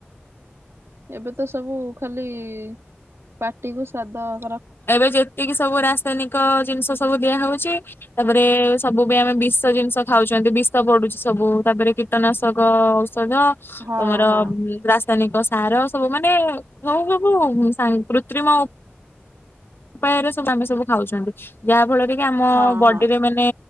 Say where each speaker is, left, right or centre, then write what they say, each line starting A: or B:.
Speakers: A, on the right; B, on the left.
A: ଏବେ ତ ସବୁ ଖାଲି ପାଟି କୁ ସ୍ୱାଦ
B: ଏବେ ଯେତିକି ସବୁ ରାସାୟନିକ ଜିନିଷ ସବୁ ଦିଆ ହୋଉଛି। ତାପରେ ସବୁବେ ଆମେ ବିଷ ଜିନିଷ ଖାଉଛନ୍ତି ବିଷ ପଡୁଛି ସବୁ ତାପରେ କୀଟନାଶକ। ଓ ଔଷଧ
A: ହଁ
B: ତମର
A: ହଁ
B: ରାସାୟନିକ। ତାର ସବୁ ମାନେ ସବୁ ସବୁ ସା କୃତ୍ରିମ। ଉପାୟରେ <unintelligible> ଆମେ ସବୁ ଖାଉଛନ୍ତି। ଯାହା ଫଳରେ କି ଆମ
A: ହଁ
B: ବଡିରେ
A: ହଁ
B: ମାନେ